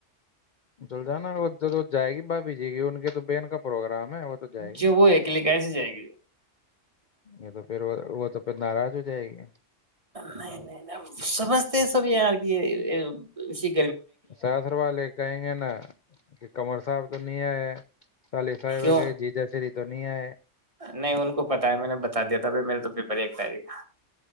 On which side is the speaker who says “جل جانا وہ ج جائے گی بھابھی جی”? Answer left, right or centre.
Left